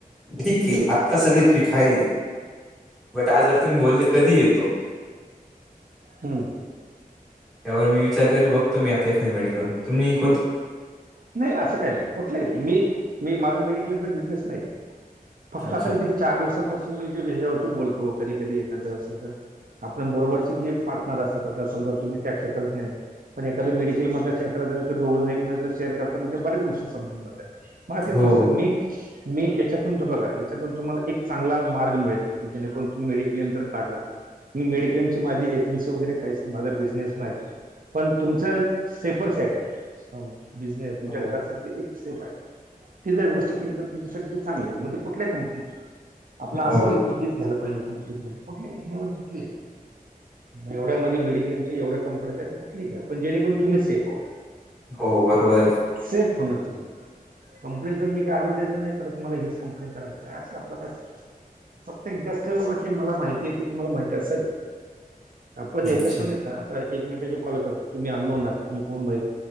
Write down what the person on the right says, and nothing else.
हम्म
हम्म.
नाही असं काही नाही, कुठलं ही. मी, मी माझा मेडिक्लेमचा बिझनेस नाही. फक्त
आता चार दिवसापासून मी जे ह्याच्यावरती बोलतो, कधी-कधी एखादं असं आपण बरोबरचे जे पार्टनर असतात, आता समजा तुम्ही त्या क्षेत्रात नाही पण एखादं मेडिकल मधल्या क्षेत्र झालं तर दोघं जण एकमेकांची शेअर करताना ते बरच गोष्टी समजून जातात. मा एक
गोष्ट मी मी याच्यातून तर बघा, याच्यातून तुम्हाला एक चांगला मार्ग मिळेलकी जेणेकरून तुम्ही मेडिक्लेम जर काढला मी मेडिक्लेमची माझी एजन्सी वगैरे काहीच नाही. माझ बिझनेस नाही. पण तुमच सेपर सेट आहे. बिजनेस तुमच्या
घरासाठी एक सेफ आहे. ती जर गोष्ट केली तर त्याच्यासाठी चांगलं आहे. मग ते कुठल्या कंपनी, आपलं असं
नाही की तिचं घ्यायला पाहिजे क कुठले-कुठले एवढ्यामध्ये मेडिक्लेमच्या एवढ्या कंपन्यात आहेत, तर कुठलीही घ्या, पण जेणेकरून तुम्ही सेफ व्हा.
सेफ होण गरजेचं आहे. कंपनीचं मी का ऍडव्हर्टाइमेंग नाही करत. मला हिच कंपनी करायचं, असं आपलं काय पटतं? प्रत्येक जास्त बाबा की मला, माहितीे तुम्हाला माहिती असावी. आपण याच्यातून
एकमेकाशी कॉल कर, तुम्ही अंनोन आहात, तुम्ही कोण माहीत,